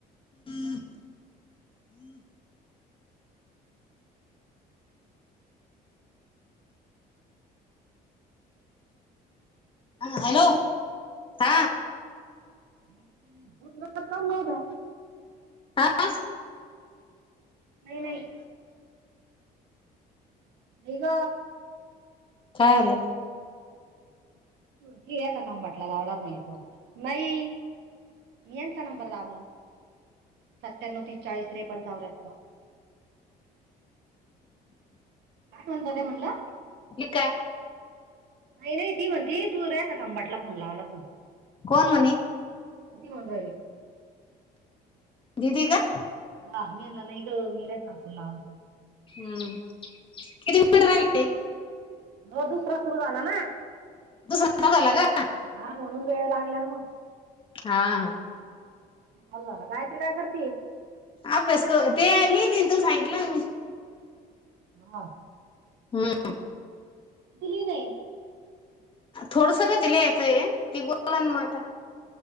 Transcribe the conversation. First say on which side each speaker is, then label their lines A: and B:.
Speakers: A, on the left (about 30°); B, on the right (about 85°).
A: <inaudible> हा हॅलो हा.
B: <inaudible>
A: आज.
B: नाही नाही नाही ग.
A: कारे.
B: किया का खांबाटला लावलात नाही फोन नाही. यांचा नंबर दाबला सत्यान्नव तीसचाळीस त्रेपंचाव्याहत्तर. कोणता ते म्हणला.
A: ली काय
B: नाही नाही ती म्हणते तू रे का खांबाटला फोन लावलाच म्हणे.
A: कोण म्हणे.
B: किती वन राहिली.
A: दीदी का?
B: हा तेला ना गो मीरकाकूला.
A: हम्म. किती मिनिट राहिले?
B: हो दुसरा सुरू झाला ना?
A: तू <unintelligible> झाला का?
B: हा म्हणून वेळ लागला ना मग.
A: हा.
B: चालू झाला. गायत्री काय करते?
A: अभ्यास कर ते आली ते तुला सांगितलं ना मी.
B: हा.
A: हम्म.
B: ती दिली नाय.
A: थोडसंकच लिहायचं आहे. ती बोलला ना मग आता.